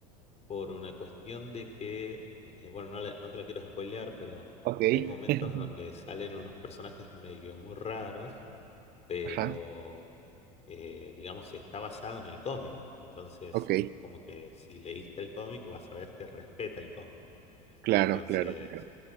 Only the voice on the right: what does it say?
Ok.
<laughs>
Ajá.
Ok.
Claro,
claro, claro.